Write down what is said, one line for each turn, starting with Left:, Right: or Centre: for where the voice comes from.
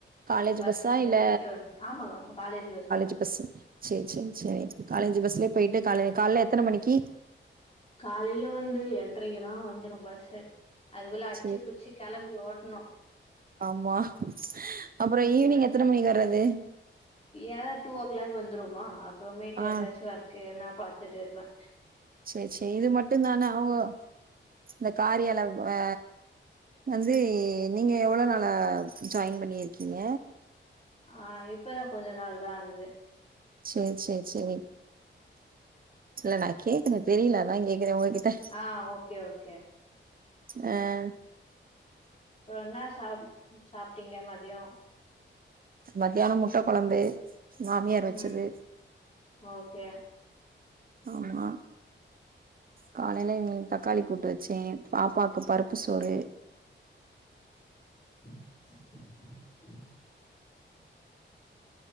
Right: காலேஜ்
Left: பஸ்
Right: பஸ்ஸா
Left: வந்து
Right: இல்ல
Left: விட்டு வந்து ஆமாங்க அப்ப காலேஜ் பஸ் தா
Right: பஸ்ஸு சேரி சேரி சேரி காலேஜ் பஸ்லயே போயிட்டு காலே கால்ல எத்தன மணிக்கி
Left: காலையில வந்து எட்ரைக்குலாம் வந்துடும் பஸ்ஸு அதுக்குள்ள அடிச்சு
Right: சேரி
Left: புடிச்சி கெளம்பி ஓடணும்
Right: ஆமா அப்புறம் ஈவினிங்
Left: அது
Right: எத்தன மணிக்கு வர்றது
Left: ஏதா டூ ஓ க்ளாக் வந்துருவோமா அப்பமேட்டு
Right: ஆ
Left: ஏதாச்சு ஒர்க்கு எதுன்னா பாத்துட்டு இருப்ப
Right: சேரி சேரி இது மட்டும் தானா ஓ இந்த காரியால வ் ஆ வந்து நீங்க எவ்ளோ நாளா ஜாயின் பண்ணிருக்கீங்க
Left: ஆ இப்பதா கொஞ்சம் நாள் தா ஆகுது
Right: சேரி சேரி சேரி இல்ல நா கேக்குறேன் தெரியல அதான் கேக்குறேன் உங்ககிட்ட
Left: ஆ ஓகே ஓகே
Right: அ
Left: வேற என்னா சா சாப்ட்டீங்க மதியம்
Right: மத்தியான முட்டக் கொழம்பு மாமியார் வச்சது
Left: ம் ஓகே
Right: ஆமா காலையில இங்க தக்காளி கூட்டு வச்சே பாப்பாக்கு பருப்பு சோறு
Left: <unintelligible>